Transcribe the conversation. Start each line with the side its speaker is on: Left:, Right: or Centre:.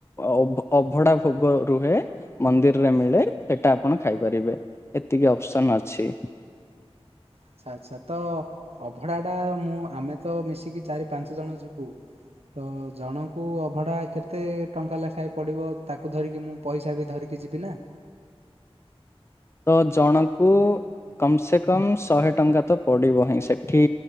Left: ଅ ଅଭଡା ଭୋଗ ରୁହେ। ମନ୍ଦିରରେ ମିଳେ, ସେଟା ଆପଣ ଖାଇପାରିବେ, ଏତିକି ଅପସନ୍ ଅଛି।
Right: ଆଚ୍ଛା ଆଚ୍ଛା ତ ଅଭଢା ଟା ମୁଁ ଆମେ ତ ମିଶିକି ଚାରି ପାଞ୍ଚ ଜଣ ଯିବୁ। ତ ଜଣଙ୍କୁ ଅଭଢ଼ା କେତେ ଟଙ୍କା ଲେଖାଏ ପଡ଼ିବ, ତାକୁ ଧରିକି ମୁଁ ପଇସା ବି ଧରିକି ଯିବି ନାଁ।
Left: ତ ଜଣକୁ କମ୍ ସେ କମ୍ ଶହେ ଟଙ୍କା ତ ପଡିବ ହିଁ ସେଠି।